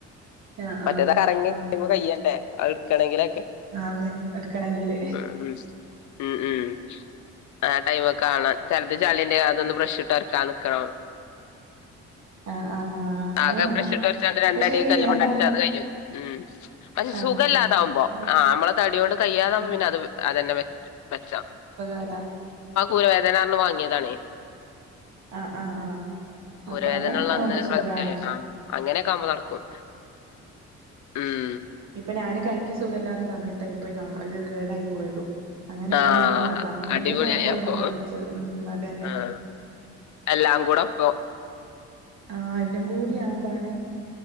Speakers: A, on the right (about 65°); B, on the left (about 70°).
A: ആഹ്
B: മറ്റേതാ കറങ്ങി
A: ആഹ്
B: കയ്യണ്ടേ അത് എടുക്കണണെങ്കിലാ
A: ആഹ് അതെ എടുക്കണെങ്കില്
B: ഉ ഉ ഉം ആ ടൈമാകാണാം ചിലത് ചളീന്റെ അതൊന്ന് ബ്രഷിട്ട് ഒരക്കാൻ നിക്കണം.
A: ആഹ് ആഹ്
B: ആകെ
A: അത് വേണം
B: ബ്രഷിട്ടൊരച്ച് രണ്ടടി
A: പക്ഷെങ്കില്
B: കല്ലുമ്മേഅടിച്ചാ
A: ഞാൻ പറഞ്ഞ
B: അതുകഴിഞ്ഞു ഉം പക്ഷെ
A: ആഹ്
B: സുഖവില്ലാതാവുമ്പോ
A: ഞാ
B: ആ നമ്മളെതടികൊണ്ട് കയ്യാതാകുമ്പോ
A: ഉം
B: പിന്നെ അത് അതുതന്നെ വെ വച്ചാം
A: അരാ
B: ഊരവേദനകാരണം വാങ്ങിയതാണേ
A: ആ ആ ആ അപ്പൊ
B: ഊരവേദന
A: അങ്ങനെയൊക്കെ
B: ഉള്ള
A: ആവുമ്പോ
B: അന്ന്
A: സുഖാ
B: ആ അങ്ങനെയൊക്കെ ആവുമ്പോ നടക്കും ഉം
A: ഇപ്പൊ ഞാന് കൈക്ക് സുഖമില്ലാത്ത സമയത്താ പോയി ഇത് കേടായി പോയതും അങ്ങനെ
B: ആഹ്
A: എല്ലാംകൂടിയും പ പറഞ്ഞേകൊണ്ട്
B: അടിപൊളിയായി
A: അയാള്
B: അപ്പൊ
A: വേറെ വെച്ചു ഉം അതന്നെ
B: ആഹ് എല്ലാം കൂടെ ഒപ്പം
A: ആ എല്ലാം കൂടി ആവുമ്പാണ്